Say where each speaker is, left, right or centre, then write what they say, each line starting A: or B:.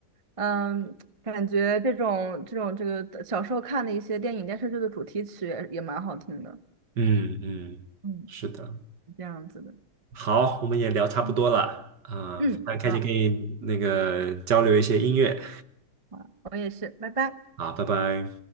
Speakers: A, on the right (about 30°); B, on the right (about 55°).
A: 嗯，感觉这种这种这个小时候看的一些电影电视剧的主题曲也也蛮好听的，
B: 嗯嗯，
A: 嗯，
B: 是的，
A: 是这样子的，
B: 好，我们也聊差不多了，
A: 嗯，
B: 啊、
A: 嗯好，
B: 非常开心跟你那个交流一些音乐，
A: 好，我也是，拜拜。
B: 好，拜拜。